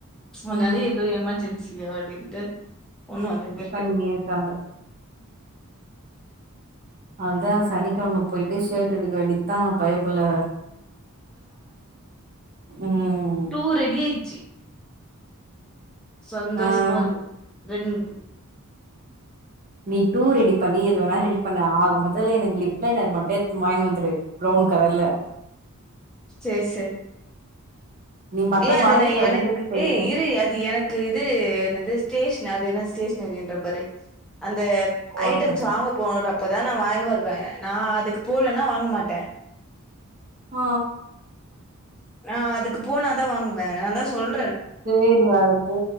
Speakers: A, in the centre; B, on the right.
A: முன்னால
B: ம்
A: எதோ எமர்ஜென்சி விளயாடிட்டு பொண்ணு வந்துன்னே இர்க்கு
B: பண்ணினே இருக்காங்க அதா சனிக்கெழம போயிட்டு ஷர்ட் எடுக்க வேண்டிதா பையப்புல்ல ம்
A: டூ ரெடி ஆய்ச்சு சந்தோஷமா
B: ஆ
A: இருக்கு என்க்கு
B: நீ டூ ரெடி பண்ணு எத வேணா ரெடி பண்ணு ஆக மொத்தத்ல எனக்கு லிப் லைனர் மட்டும் வாயின் வந்துரு பிரவுன் கலர்ல
A: செர் செர்
B: நீ மட்டு
A: ஏ அது
B: மறந்துட்டு
A: நா
B: வந்தன்னு
A: எனக்கு
B: வச்சுக்கோயே
A: ஏய் இரு அது எனக் இது என்னது ஸ்டேஷன் அது என்ன ஸ்டேஷனரின்ற பாரு அந்த
B: காஸ்மெட்டிக்
A: ஐட்டம்ஸ் வாங்க போறப்பதா நா வாயின் வருவ நா அதுக்கு போலன்னா வாங்க மாட்ட
B: ஆ
A: நா அதுக்கு போன தா வாங்குவ நான் தா சொல்
B: சேரி அது போ